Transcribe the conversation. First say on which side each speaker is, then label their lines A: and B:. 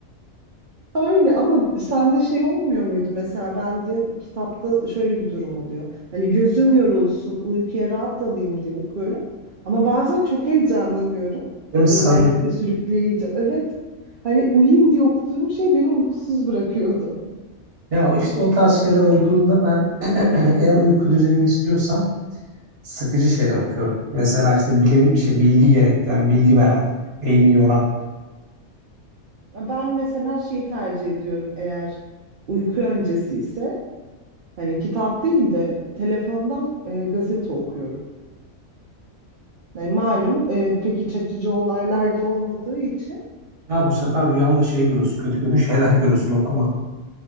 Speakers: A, on the right; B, on the right.
A: Öyle ama sende şey olmuyor muydu mesela bende kitapta şöyle bir durum oluyor. Hani gözüm yorulsun, uykuya rahat dalayım diye okuyorum. Ama bazen çok heyecanlanıyorum.
B: Benim sarıyor.
A: Özellikle sürükleyici. Evet. Hani uyuyayım diye okuduğum şey beni uykusuz bırakıyordu.
B: Ya işte o tarz şeyler olduğunda ben <clears throat> eğer uyku düzenimi istiyorsam sıkıcı şeyler okuyorum. Mesela işte bilim, şey, bilgi gerektiren, bilgi veren, beyni yoran.
A: Ben mesela şeyi tercih ediyorum eğer uyku öncesi ise hani kitap değil de telefondan e, gazete okuyorum. Yani malum e, pek iç açıcı olaylar da olmadığı için
B: Ya bu sefer rüyanda şey görürsün, kötü kötü <laughs> şeyler görürsün, okuma.